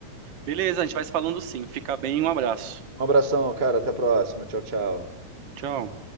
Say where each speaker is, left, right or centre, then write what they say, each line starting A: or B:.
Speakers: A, on the right; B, on the right.
A: Beleza, a gente vai se falando sim. Fica bem, um abraço.
B: Um abração, cara. Até a próxima. Tchau, tchau.
A: Tchau.